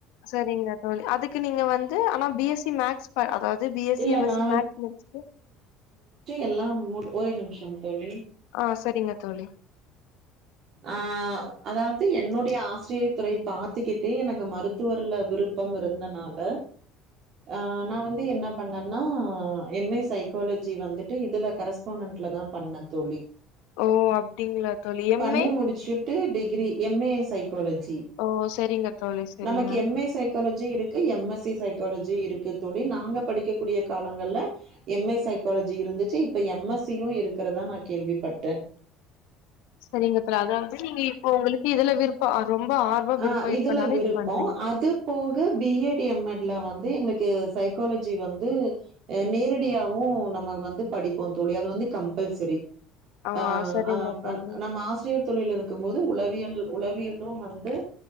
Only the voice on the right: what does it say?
இல்ல
நா
எல்லா மூடு ஒரே நிமிஷோ தோழி
ஆஹ் அதாவது என்னுடைய ஆசிரியத்துறை பாத்துக்கிட்டே எனக்கு மருத்துவர்ல விருப்பம் இருந்தனால ஆஹ் நா வந்து என்ன பண்ணேன்னா எம் ஏ சைக்காலஜி வந்துட்டு இதுல கரஸ்பாண்டன்ட்ல தா பண்ணே தோழி
பண்ணி
முடிச்சுட்டு டிகிரி எம் ஏ சைக்காலஜி
நமக்கு எம் ஏ சைக் காலஜி இருக்கு எம் எஸ் சி சைக்காலஜி இருக்கு தோழி நாங்க படிக்கக்கூடிய காலங்கள்ல எம் ஏ சைகோலஜி இருந்துச்சு இப்ப எம் எஸ் சியும் இருக்கிறதா நா கேள்விப்பட்டே
அஹ்
இதுல விருப்பம்
அது போக பி எட் எம் எட்ல வந்து எங் சைக்காலஜி வந்து அ நேரடியாவு நமக்கு வந்து படிப்போ தோழி அது வந்து கம்பல்சரி
ஆஹ்
அஹ் நம்ம ஆசிரியர் தொழில்ல இருக்கும் போது உளவியல் உளவியல் <unintelligible> டு